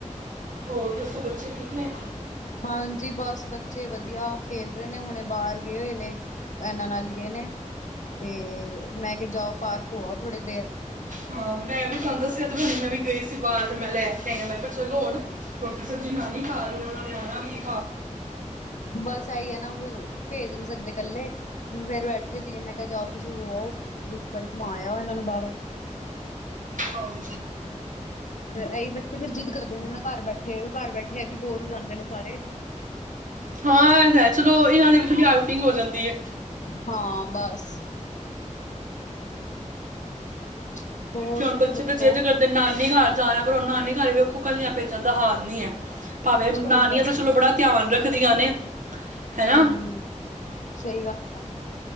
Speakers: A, on the right; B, on the left.
A: ਹੋਰ ਦੱਸੋ ਬੱਚੇ ਠੀਕ ਨੇ
B: ਹਾਂਜੀ ਬਸ ਬੱਚੇ ਵਧੀਆ ਖੇਲ ਰਹੇ ਨੇ ਹੁਣੇ ਬਾਹਰ ਗਏ ਹੋਏ ਨੇ ਇਹਨਾਂ ਨਾਲ ਗਏ ਨੇ ਤੇ ਮੈਂ ਕਿਹਾ ਜਾਓ ਪਾਰਕ ਹੋ ਆਓ ਥੋੜੀ ਦੇਰ।
A: ਹਾਂ ਮੈਂ ਵੀ ਤੁਹਾਨੂੰ ਦੱਸਿਆ ਮੈਂ ਵੀ ਗਈ ਸੀ ਬਾਰ ਫਿਰ ਮੈਂ ਲੈ ਕੇ ਆਈ ਮੈਂ ਕਿਹਾ ਚਲੋ ਹੁਣ ਸਬਜ਼ੀ ਬਣਾਣੀ ਘਰ ਉਨ੍ਹਾਂ ਨੇ ਆਣਾ ਵੀ ਏ
B: ਬਸ ਆਈ ਹੈ ਨਾ ਭੇਜ ਨੀ ਸਕਦੇ ਇਕੱਲੇ ਫੇਰ ਬੈਠੇ ਸੀਗੇ ਮੈਂ ਕਿਹਾ ਜਾਓ ਤੁਸੀਂ ਹੋ ਆਓ ਇੱਕ ਵਾਰੀ ਘੁੰਮਾ ਆਓ ਇਹਨਾਂ ਨੂੰ ਬਾਹਰੋਂ।
A: ਹਾਂ
B: ਏਹੀ ਬੱਚੇ ਫੇਰ ਜਿੱਦ ਕਰਦੇ ਨੇ ਨਾ ਘਰ ਬੈਠੇ ਵੀ ਘਰ ਬੈਠੇ ਆ ਵੀ ਬੋਰ ਹੋ ਜਾਂਦੇ ਨੇ ਸਾਰੇ
A: ਹਾਂ ਇਹ ਤਾਂ ਹੈ ਚਲੋ ਇਹਨਾਂ ਦੀ ਵੀ ਥੋਡੀ ਆਊਟਿੰਗ ਹੋ ਜਾਂਦੀ ਹੈ।
B: ਹਾਂ ਬਸ <unintelligible>
A: ਤੇ ਹੁਣ
B: ਤੁਸੀਂ
A: ਬੱਚੇ
B: ਦੱਸੋ
A: ਤਾਂ ਜਿਦੇ ਕਰਦੇ ਨਾਨੀ ਘਰ ਜਾਣਾ ਪਰ ਉਹ ਨਾਨੀ ਘਰ ਵੇਖੋ ਕਲੀਆਂ ਪੇਜਣ ਦਾ ਹਾਲ ਨੀ ਹੈ। ਭਾਵੇਂ ਨਾਨੀਆਂ
B: ਸਹੀ ਗੱਲ
A: ਦਾ ਚਲੋ
B: ਹੈ
A: ਬੜਾ ਧਿਆਨ ਰੱਖਦੀਆ ਨੇ ਹੈਨਾ
B: ਹੂੰ ਸਹੀ ਗੱਲ